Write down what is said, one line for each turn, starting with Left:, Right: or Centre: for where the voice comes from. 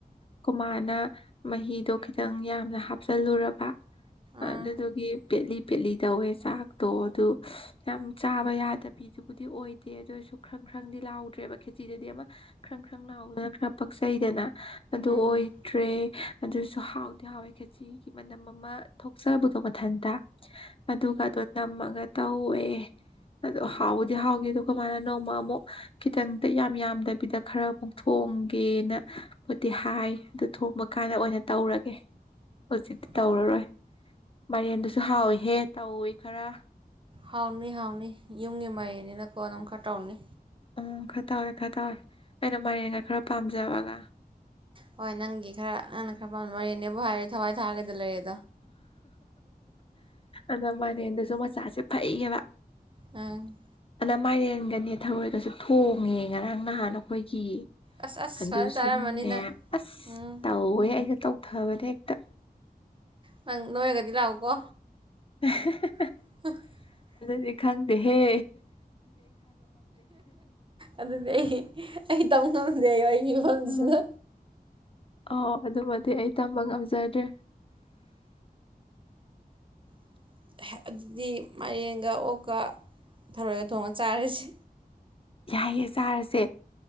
Left: ꯀꯨꯃꯥꯅ ꯃꯍꯤꯗꯣ ꯈꯤꯇꯪ ꯌꯥꯝꯅ ꯍꯥꯞꯆꯜꯂꯨꯔꯕ ꯑꯗꯗꯒꯂꯤ
Right: ꯑꯥ
Left: ꯄꯦꯠꯂꯤ ꯇꯧꯋꯦ ꯆꯥꯛꯇꯣ ꯑꯗꯨ ꯌꯥꯝ ꯆꯥꯕ ꯌꯥꯗꯕꯤꯤꯗꯨꯕꯨꯗꯤ ꯑꯣꯏꯗꯦ ꯑꯗꯨ ꯑꯣꯏꯔꯁꯨ ꯈꯔ ꯈ꯭ꯔꯪꯗꯤ ꯂꯥꯎꯗ꯭ꯔꯦꯕ ꯈꯦꯇꯤꯗꯗꯤ ꯑꯃ ꯈ꯭ꯔꯪ ꯈ꯭ꯔꯪ ꯂꯥꯎꯗꯅ ꯈꯔ ꯄꯛꯆꯩꯗꯅ ꯑꯗꯨ ꯑꯣꯏꯗ꯭ꯔꯦ
Right: ꯎꯝ
Left: ꯑꯗꯨꯁꯨ ꯍꯥꯎꯗꯤ ꯍꯥꯎꯋꯦ ꯈꯥꯖꯤꯒꯤ ꯃꯅꯝ ꯑꯃ ꯊꯣꯛꯆꯕꯗꯣ ꯃꯊꯟꯇ ꯑꯗꯨꯒꯗꯣ ꯇꯝꯃꯒ ꯇꯧꯋꯦ ꯑꯗꯣ ꯍꯥꯎꯕꯗꯤ ꯍꯥꯎꯈꯤꯗ ꯀꯃꯅ ꯅꯣꯡꯃ ꯑꯃꯨꯛ ꯈꯤꯇꯪꯗꯤ ꯌꯥꯝ ꯌꯥꯝꯗꯕꯤꯗ ꯈꯔ ꯑꯃꯨꯛ ꯊꯣꯛ ꯄꯣꯡꯒꯦꯅ ꯤ ꯍꯥꯏ ꯑꯗꯨ ꯊꯣꯡꯕ ꯀꯥꯟꯗ ꯑꯣꯏꯅ ꯇꯧꯔꯒꯦ ꯍꯧꯖꯤꯛꯇꯤ
Right: ꯍꯣꯏ
Left: ꯇꯧꯔꯔꯣꯏ ꯃꯦꯟꯗꯨꯁꯨ ꯍꯥꯎꯏꯍꯦ ꯇꯧꯏꯤ ꯈꯔ
Right: ꯍꯥꯎꯅꯤ ꯍꯥꯎꯅꯤ ꯌꯨꯝꯒꯤ ꯃꯥꯏꯔꯦꯟꯅꯤꯅꯥꯀꯣ ꯑꯗꯨꯝ ꯈꯔ ꯇꯧꯅꯤ
Left: ꯎꯝ ꯈꯔ ꯇꯧꯋꯦ ꯈꯔ ꯇꯥꯎꯋꯦ ꯑꯩꯅ ꯃꯥꯏꯅꯦꯅ ꯈꯔ ꯄꯥꯝꯖꯕꯒ
Right: ꯍꯣꯏ ꯅꯪꯒꯤ ꯈꯔ ꯅꯪꯅ ꯈꯔ ꯄꯥꯝ ꯃꯣꯔꯦꯅꯦꯕꯨ ꯍꯥꯏꯔꯦ ꯊꯋꯥꯏ ꯊꯥꯒꯗ ꯂꯩꯔꯦ
Left: ꯑꯗ ꯃꯅꯦꯟꯗꯁꯨ ꯃꯆꯥꯁꯦ ꯐꯩꯌꯦꯕ
Right: ꯑꯝ
Left: ꯑꯅ ꯃꯥꯏꯔꯦꯟꯒꯅꯦ ꯊꯔꯣꯏꯒꯁꯨ ꯊꯣꯡꯉꯦ ꯉꯔꯥꯡ ꯅꯍꯥꯟ ꯑꯩꯈꯣꯏꯒꯤ
Right: ꯑꯁ ꯑꯁ
Left: ꯑꯗꯨꯁꯨꯅꯦ
Right: ꯐꯖꯅ ꯆꯥꯔꯝꯃꯅꯤ ꯅꯪ
Left: ꯑꯁ
Right: ꯎꯝ
Left: ꯇꯧꯋꯦ ꯑꯩꯒ ꯇꯧ ꯊꯥꯕꯗꯤ ꯑꯦꯛꯇ
Right: ꯅꯪ ꯅꯣꯏꯔꯒꯗꯤ ꯂꯥꯛꯎꯀꯣ
Left: ꯍ
Right: <unintelligible>
Left: ꯗꯤ ꯈꯪꯗꯦ ꯍꯦ
Right: ꯑꯗꯨꯗꯤ ꯑꯩ ꯑꯩ ꯇꯧ ꯉꯝꯗꯦ ꯑꯩ ꯑꯩꯒꯤ ꯐꯤꯕꯝꯁꯤꯅ
Left: ꯑ ꯑꯣ ꯑꯗꯨꯗ ꯃꯗꯤ ꯇꯝꯕ ꯉꯝꯖꯗ꯭ꯔꯦ
Right: <unintelligible> ꯑꯗꯨꯗꯤ ꯃꯔꯡꯒ ꯑꯣꯛꯀ ꯊꯔꯣꯏꯒ ꯊꯣꯡꯉ ꯆꯥꯔꯁꯤ
Left: ꯌꯥꯏꯌꯦꯦ ꯆꯥꯔꯁꯦ